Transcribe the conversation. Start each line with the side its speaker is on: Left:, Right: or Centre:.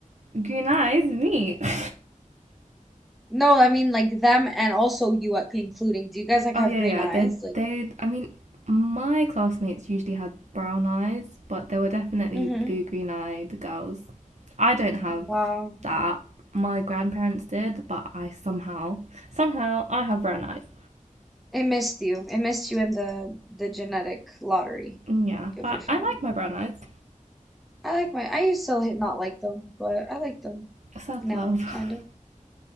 Right: Green eyes, me. <laughs>
Centre: No, I mean like them and also you at including. Do you guys like
Right: Oh
Centre: have
Right: yeah,
Centre: green
Right: yeah.
Centre: eyes?
Right: They
Centre: Like,
Right: they I mean, my classmates usually had brown eyes, but there were definitely
Centre: hmm
Right: blue green eyed girls. I don't have
Centre: Wow.
Right: that. My grandparents did, but I somehow somehow I have brown eyes.
Centre: It missed you. It missed you in the the genetic lottery
Right: Yeah,
Centre: of
Right: but
Centre: your family.
Right: I like my brown eyes.
Centre: I like my I used to hit not like them, but I like them
Right: Self
Centre: now,
Right: love. <laughs>
Centre: kind of.